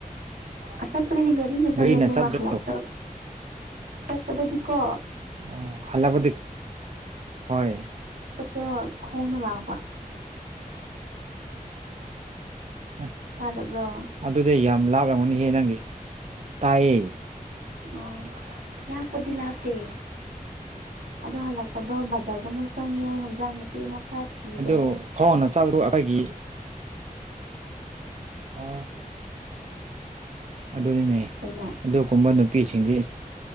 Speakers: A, on the right; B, on the right.
A: ꯑꯆꯠꯄꯗꯤ ꯒꯥꯔꯤꯒ
B: ꯒꯥꯔꯤꯅ
A: ꯆꯠꯂꯦ ꯑꯗꯨꯒ
B: ꯆꯠꯇ꯭ꯔꯣ
A: ꯍꯜꯂꯛꯄꯗ ꯆꯠꯄꯗꯗꯤꯀꯣ
B: ꯑꯣ ꯍꯜꯂꯛꯄꯗꯤ ꯍꯣꯏ
A: ꯗꯣ ꯈꯣꯡꯅ ꯂꯥꯛꯄ
B: ꯑꯁ
A: ꯇꯥꯗꯕ꯭ꯔꯣ
B: ꯑꯗꯨꯗꯤ ꯌꯥꯝ ꯂꯥꯞꯂꯝꯒꯅꯤꯍꯦ ꯅꯪꯒꯤ ꯇꯥꯏꯌꯦ
A: ꯑ ꯂꯥꯞꯄꯗꯤ ꯂꯥꯞꯄꯦ ꯑꯗꯣ ꯍꯜꯂꯛꯄꯗꯣ ꯕꯖꯔꯗ ꯑꯃꯨꯛ ꯆꯪꯉꯦ ꯍꯟꯖꯥꯡ ꯅꯄꯤꯦ ꯑꯃꯨꯛ ꯈꯔ ꯊꯤꯔꯦ
B: ꯑꯗꯨ ꯈꯣꯡꯅ ꯆꯠꯕꯗꯨ ꯑꯩꯈꯣꯏꯒꯤ ꯑ ꯑꯗꯨꯅꯤꯅꯦ
A: ꯀꯩꯅꯣ
B: ꯑꯗꯨꯒꯨꯝꯕ ꯅꯨꯄꯤꯁꯤꯡꯗꯤ